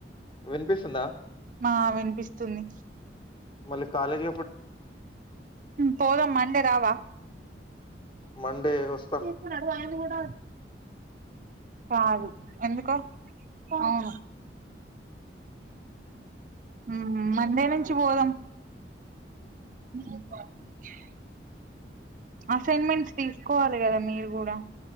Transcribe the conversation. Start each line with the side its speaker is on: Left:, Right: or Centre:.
Left: వినిపిస్తుందా
Right: ఆ వినిపిస్తుంది
Left: మళ్ళీ కాలజ్
Right: పోదాం మండే రావా
Left: మండే వస్త
Right: ఒకసారి అడుగు ఆయనను కూడా కాదు ఎందుకో అవును ఉహు మండే నుంచి పోదాం ఆ అసైన్మెంట్స్ తీసుకోవాలి కదా మీరు కూడా